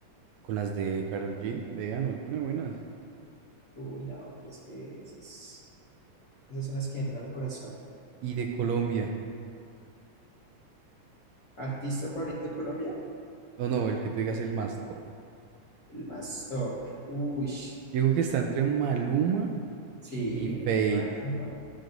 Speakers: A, on the right (about 80°); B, on the left (about 60°).
A: Con las de Karol G, ve, Anuel tiene buenas.
B: Uy, no, pero es que esas, esas son las que entran al corazón.
A: Y de Colombia.
B: ¿Artista favorito de Colombia?
A: No, no, el que tú digas el más top.
B: El más top. Uy.
A: Yo digo que está entre Maluma
B: Sí,
A: y Fate.
B: entre Maluma,